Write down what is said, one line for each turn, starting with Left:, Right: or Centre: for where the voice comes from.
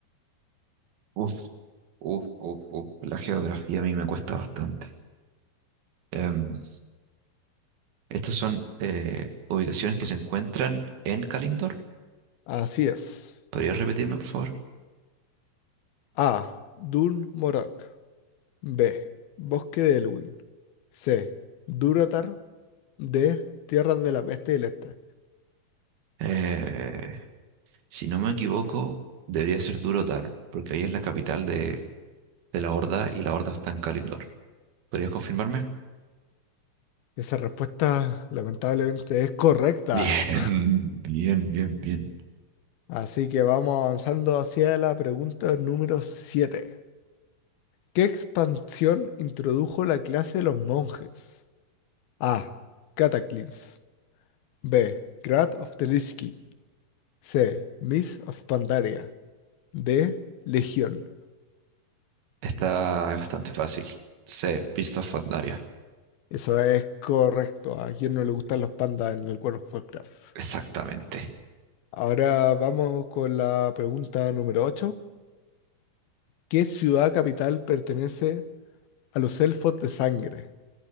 Right: Uf, uf, uf, uf. La geografía a mí me cuesta bastante. Em, estas son eh, ubicaciones que se encuentran en Kalindor.
Left: Así es.
Right: ¿Podrías repetirme, por favor?
Left: A. Dun Morok. B. Bosque de Elwyn. C. Durotar. de Tierras de la Peste del Este.
Right: Eh, si no me equivoco, debería ser Durotar, porque ahí es la capital de, de la Horda y la Horda está en Kalindor. ¿Podrías confirmarme?
Left: Esa respuesta lamentablemente es correcta.
Right: <laughs> Bien, bien, bien, bien.
Left: Así que vamos avanzando hacia la pregunta número 7. ¿Qué expansión introdujo la clase de los monjes? A. Cataclysm. B. Grad of Telishki. C. Miss of Pandaria. D. Legión.
Right: Esta es bastante fácil. C, Beast of Pandaria.
Left: Eso es correcto. ¿A quién no le gustan los pandas en el World of Warcraft?
Right: Exactamente.
Left: Ahora vamos con la pregunta número 8. ¿Qué ciudad capital pertenece a los elfos de sangre?